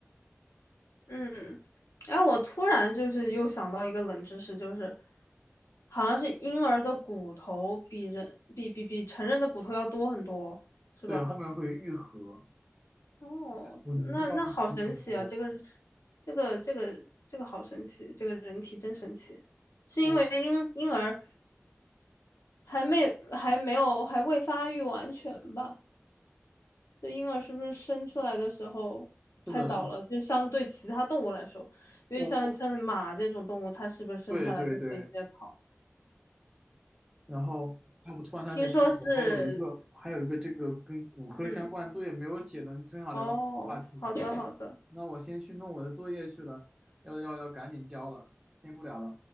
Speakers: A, on the left; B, on the right.
A: 嗯，哎，我突然就是又想到一个冷知识，就是好像是婴儿的骨头比人比比比成人的骨头要多很多，是吧？
B: 对，后面会愈合。
A: 哦，
B: 我你这倒是提醒了我，
A: 那那好神奇啊！这个，这个，这个，这个好神奇，这个人体真神奇。是因为婴婴儿
B: 我
A: 还没还没有还未发育完全吧？这婴儿是不是生出来的时候太早了？
B: 是的，是的，
A: 就相对其他动物来说，因为像像马这种动物，
B: 我我
A: 它是不是生下来就可以直接跑？
B: 对对对，然后哎我突然想起来，
A: 听说是，
B: 就是我还有一个还有一个这个跟骨科相关作业没有写呢，
A: 嗯，
B: 正好聊到这个话题。
A: 哦，好的好的，
B: 那我先去弄我的作业去了，要要要赶紧交了，先不聊了。